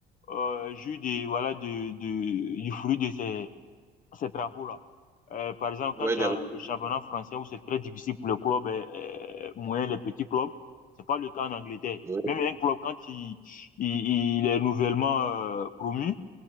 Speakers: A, on the left; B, on the right.
A: euh, jouer des, voilà, de, de, du fruit de ces, ces travaux-là. Euh, par exemple,
B: oui,
A: quand tu
B: des
A: as le championnat français où c'est très difficile pour les clubs euh, euh, moyens, les petits clubs, c'est pas le cas en Angleterre.
B: oui,
A: Même un club, quand il, il, il est nouvellement euh, promu,